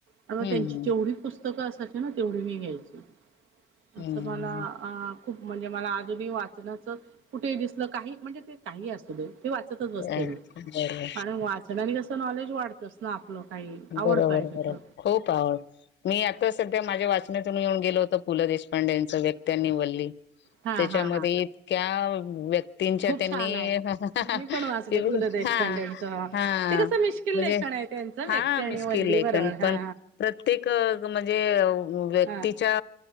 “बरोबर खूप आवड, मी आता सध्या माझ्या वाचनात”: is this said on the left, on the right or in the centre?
Left